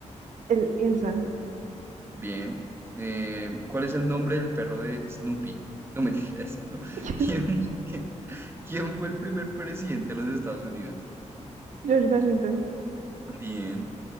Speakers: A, on the right; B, on the right.
A: el Elsa,
B: Bien. Eh, ¿cuál es el nombre del perro de Snoopy? No mentira, eso
A: <laughs>
B: no.
A: ¿qué
B: <laughs>
A: es?
B: ¿Quién, <laughs> quién fue el primer presidente de los Estados Unidos?
A: George Washington,
B: Bien.